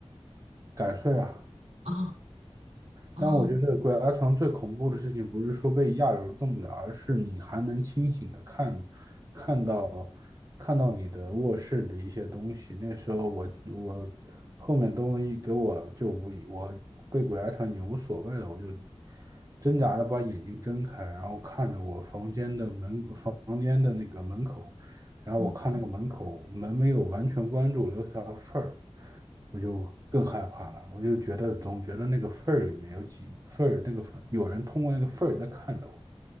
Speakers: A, on the right (about 35°); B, on the right (about 90°).
A: 敢睡啊，
B: 啊啊
A: 但我觉得鬼压床最恐怖的事情，不是说被压着动不了，而是你还能清醒的看，看到看到你的卧室的一些东西。那时候我我后面都一给我就我我被鬼压床已经无所谓了，我就挣扎着把眼睛睁开，然后看着我房间的门房间的那个门口，然后我看那个门口门没有完全关住，
B: 嗯，
A: 留下缝儿，我就更害怕了。我就觉得总觉得那个缝儿里面有几缝儿，那个缝有人通过那个缝儿在看着我。